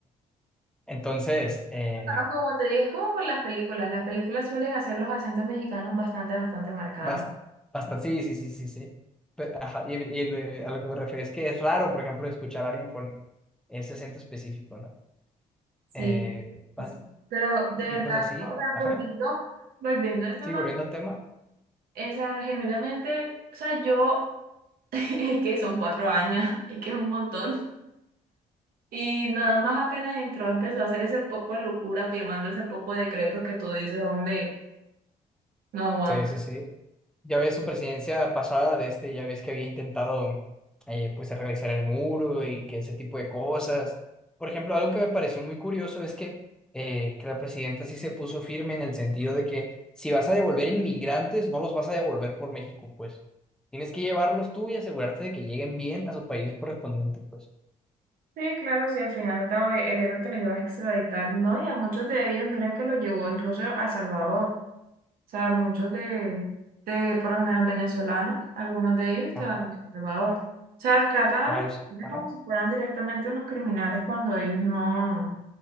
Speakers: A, in the centre; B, on the right.
A: entonces, eh,
B: No, como te digo, es como por las películas. Las películas suelen hacer los acentos mexicanos bastante, bastante marcados.
A: bas- bastante, sí, sí, sí, sí, sí. Pero, ajá, y, y el, eh, a lo que me refiero es que es raro, por ejemplo, escuchar a alguien con ese acento específico, ¿no?
B: Sí,
A: Eh,
B: pues
A: va-
B: sí. Pero de verdad,
A: y pues así,
B: o sea,
A: ajá,
B: volviendo, volviendo al tema,
A: sí, volviendo al tema,
B: esa, genuinamente, o sea, yo, <laughs> es que son cuatro años, <laughs> es que es un montón. Y nada más apenas entró, empezó a hacer ese poco de locura, firmando ese poco de decretos que tú dices, hombre, no aguanta
A: sí, sí, sí. Ya ves su presidencia pasada de este, ya ves que había intentado eh, pues realizar el muro y que ese tipo de cosas. Por ejemplo, algo que me pareció muy curioso es que, eh, que la presidenta sí se puso firme en el sentido de que si vas a devolver inmigrantes, no los vas a devolver por México, pues. Tienes que llevarlos tú y asegurarte de que lleguen bien a su país correspondiente, pues.
B: Sí, claro, sí, al final y al cabo eh, el héroe que los iba a extraditar, no, y a muchos de ellos, mira que los llevó incluso a Salvador, o sea, muchos de, de por lo menos venezolanos, algunos de ellos estaban
A: Ajá,
B: en El Salvador, o sea, tratan a
A: ah,
B: los
A: eso,
B: migrantes
A: ajá.
B: como si fueran directamente unos criminales cuando ellos no, o